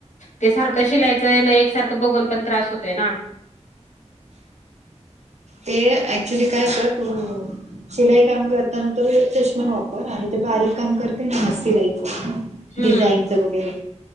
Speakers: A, on the left (about 80°); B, on the right (about 65°).
A: ते सारखं शिलाईचं हे ना एकसारखं बघून पण त्रास होतोय ना.
B: ते ऍक्च्युली काय कर तू शिलाई काम करताना तर चष्मा वापर आणि ते बारीक काम करते ना सिलाईच
A: हम्म
B: डिझाईनच वगैरे